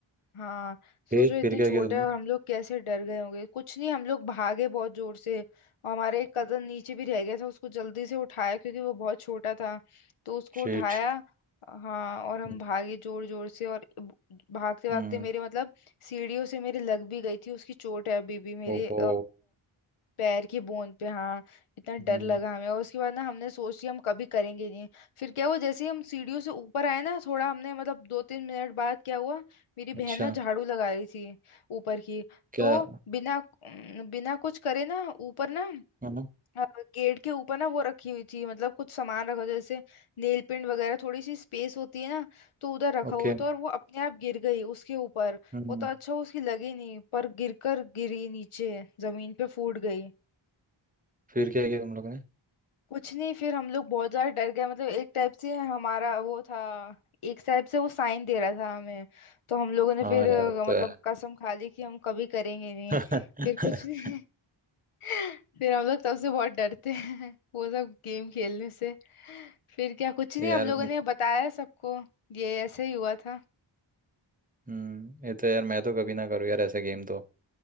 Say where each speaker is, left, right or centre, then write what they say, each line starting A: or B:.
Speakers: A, on the left; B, on the right.
A: हाँ
B: फिर
A: सोचो इतने
B: फिर क्या
A: छोटे
B: किया तुमने
A: और हम लोग कैसे डर गए होंगे कुछ नहीं हम लोग भागे बहुत जोर से और हमारे एक कजन नीचे भी रह गया था उसको जल्दी से उठाया क्योंकि वो बहुत छोटा था तो उसको
B: शिट
A: उठाया हाँ और हम
B: हम्म
A: भागे जोर जोर से और ब- भागते भागते
B: हम्म,
A: मेरे मतलब सीढ़ियों से मेरे लग भी गई थी उसकी चोट है अभी भी मेरे
B: ओहो
A: पैर की बूंद पे हाँ इतना डर
B: हम्म
A: लगा हमें और उसके बाद ना हमने सोच लिया हम कभी करेंगे नहीं फिर क्या हुआ जैसे ही हम सीढ़ियों से ऊपर आए ना थोड़ा हमने मतलब दो तीन मिनट बाद क्या हुआ मेरी बहन
B: अच्छा
A: ना झाड़ू लगा रही थी ऊपर की
B: क्या
A: तो बिना अम, बिना कुछ करे ना ऊपर ना
B: हाँ
A: अ, गेट के ऊपर ना वो रखी हुई थी मतलब कुछ सामान रखा था जैसे नेल पेंट वगैरह थोड़ी सी स्पेस होती है ना तो उधर रखा
B: ओके
A: हुआ था और वो अपने आप गिर गई उसके ऊपर
B: हम्म
A: वो तो अच्छा हुआ उसकी लगी नहीं पर गिरकर गिरी नीचे जमीन पे फूट गई
B: फिर क्या किया तुम लोग ने
A: कुछ नहीं फिर हम लोग बहुत ज्यादा डर गए मतलब एक टाइप से हमारा वो था एक टाइप से वो साइन दे रहा था हमें तो हम लोगों ने
B: हाँ
A: फिर अ,
B: यार वो तो
A: मतलब
B: है
A: कसम खा ली कि हम कभी करेंगे नहीं
B: <laughs>
A: फिर कुछ नहीं <laughs> फिर हम लोग तब से बहुत डरते हैं <laughs> वो सब गेम खेलने से फिर क्या कुछ नहीं
B: यार
A: हम लोगों
B: हम्म
A: ने बताया सबको ये ऐसे ही हुआ था
B: हम्म, ये तो यार मैं तो कभी ना करूँ यार ऐसा गेम तो